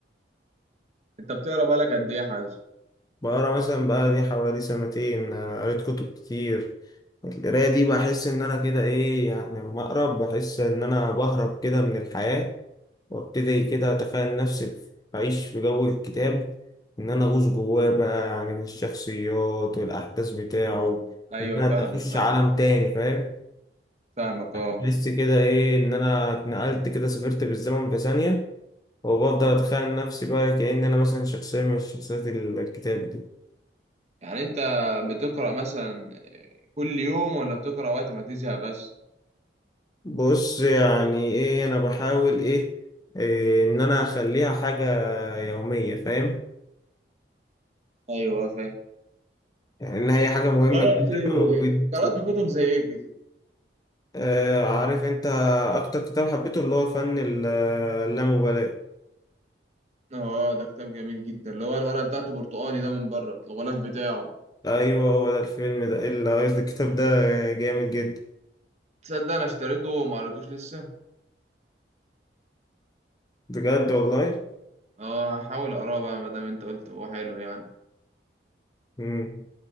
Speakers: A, on the right; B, on the left.
A: انت بتقرا بقالك قد ايه يا حازم
B: بقرا مثلا بقى لي حوالي سنتين آه، قريت كتب كتير القراية دي بحس إن أنا كده إيه يعني لما أقرأ بحس إن أنا بهرب كده من الحياة وأبتدي كده أتخيل نفسي في- بعيش في جو الكتاب إن أنا أغوص جواه بقى يعني الشخصيات والأحداث بتاعه
A: مم. ايوه
B: إن أنا
A: فاهمك
B: أخش
A: فاهمك
B: عالم تاني فاهم
A: فاهمك
B: بحس
A: اه
B: كده إيه إن أنا اتنقلت كده سافرت بالزمن في ثانية وبفضل أتخيل نفسي بقى كأن أنا مثلا شخصية من شخصيات الكتاب دي.
A: يعني انت بتقرا مثلا كل يوم ولا بتقرا وقت ما تزهق بس
B: بص يعني ايه انا بحاول ايه, إيه ان انا اخليها حاجة يومية فاهم
A: ايوه فاهم
B: يعني ان هي حاجة مهمة
A: قرأت
B: جدا وبت...
A: قرأت كتب زي ايه كده
B: آه عارف انت اكتر كتاب حبيته اللي هو فن ال- اللامبالاة
A: اه ده كتاب جميل جدا اللي هو الورقة بتاعته برتقاني ده من بره الغلاف بتاعه
B: ايوه هو ده الفيلم ده اللي قصدي الكتاب ده جامد جدا
A: تصدق انا اشتريته وما قريتوش لسه
B: بجد والله
A: اه هحاول اقراه بقى ما دام انت قلت هو حلو يعني
B: مم.